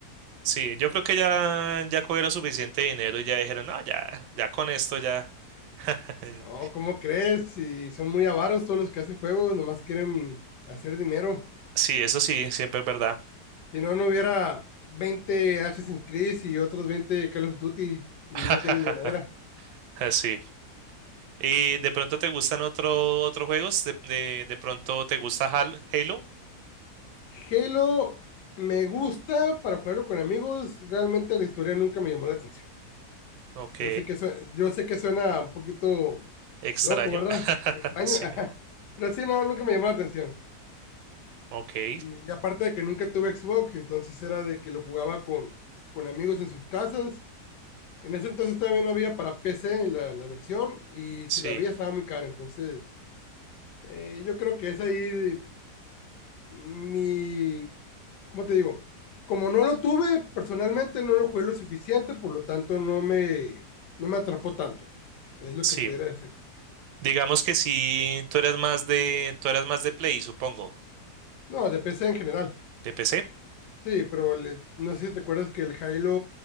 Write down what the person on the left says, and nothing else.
No, ¿cómo crees? Si son muy avaros todos los que hacen juegos, nomás quieren hacer dinero.
Si no, no hubiera veinte Assassin's Creed y otros veinte Call of Duty. No
tienen llenadera.
Halo me gusta para jugarlo con amigos. Realmente la historia nunca me llamó la atención.
Yo sé que, su- yo sé que suena un poquito
loco, ¿verdad?
Extraño. <laughs> ajá.
Pero sí, no, nunca me llamó la atención.
Y, y aparte de que nunca tuve Xbox, entonces era de que lo jugaba con, con amigos en sus casas En ese entonces todavía no había para PC la, la versión y si
la había estaba muy cara. Entonces, eh, yo creo que es ahí mi, ¿cómo te digo? Como no lo tuve, personalmente no lo jugué lo suficiente, por lo tanto no me, no me atrapó tanto. Es lo
que pudiera decir.
No, de PC en general.
Sí, pero le- no sé si te acuerdas que el Halo